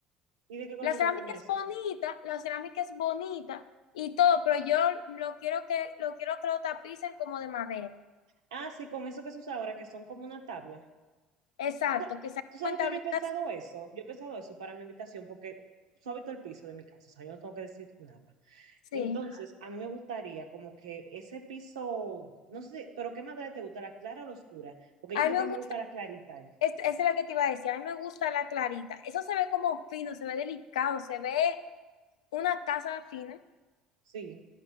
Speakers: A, on the right; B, on the left.
A: ¿Y de qué color
B: La cerámica
A: tú vas a poner
B: es
A: eso?
B: bonita, la cerámica es bonita y todo, pero yo lo quiero que lo quiero que lo tapicen como de madera.
A: Ah, sí, con eso que se usa ahora, que son como una tabla.
B: Exacto,
A: ¿Tú sa-
B: que saquen
A: tú sabes
B: con tablitas,
A: que yo he pensado eso? Yo he pensado eso para mi habitación porque suavito el piso de mi casa, o sea, yo no tengo que decir nada.
B: sí.
A: Entonces, a mí me gustaría como que ese piso, no sé, pero ¿qué madre te gusta, la clara o la oscura? Porque
B: A
A: yo siento
B: mí
A: que
B: me
A: a
B: gusta,
A: mí me gusta la clarita, eh.
B: es- esa es la que te iba a decir, a mí me gusta la clarita. Eso se ve como fino, se ve delicado, se ve una casa fina.
A: sí.